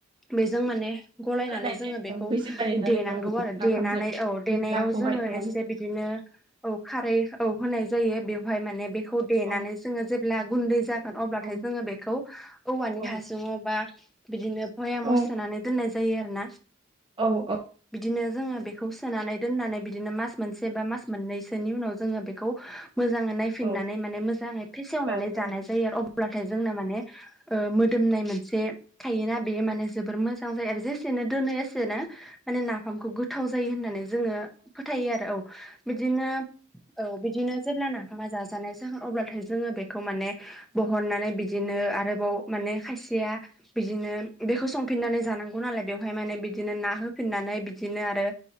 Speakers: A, in the centre; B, on the right.
A: बेजों माने गलायनानै
B: होनाय
A: जोङो
B: जायो
A: बेखौ
B: बैजों बानायनानै
A: देनांगौ
B: औ
A: आरो
B: नाफामजों
A: देनानै औ देनायाव
B: नाखौहाय
A: जोङो
B: औ
A: एसे बिदिनो औ खारै औ होनाय जायो बेवहाय माने बेखौ देनानै
B: औ
A: जोङो जेब्ला गुन्दै जागोन अब्लाथाय
B: औ
A: जोङो बेखौ औवानि
B: औ
A: हासुंङाव बा बिदिनो भयाम'
B: औ
A: सोनानै दोननाय जायो आरो ना।
B: औ
A: बिदिनो जोङो बेखौ सोनानै दोननानै बिदिनो मास मोनसे बा मास मोननसोनि उनाव जोङो बेखौ मोजाङै नायफिननानै
B: औ
A: माने मोजाङै फेसेवनानै
B: औ औ
A: जानाय जायो आरो अब्लाथाय जोंना माने ओ मोदोमनाय मोनसे थायोना बेयो माने जोबोर मोजां जायो आरो जे एसेनो दोनो एसेनो माने नाफामखौ गोथाव जायो होननानै जोङो फोथायो आरो औ बिदिनो औ बिदिनो जेब्ला नाफामा जाजानाय जा अब्लाथाय जोङो बेखौ माने बहननानै बिदिनो आरोबाव माने खायसेया बिदिनो बेखौ संफिननानै जानांगौ नालाय बेवहाय माने बि बिदिनो ना होफिननानै बिदिनो आरो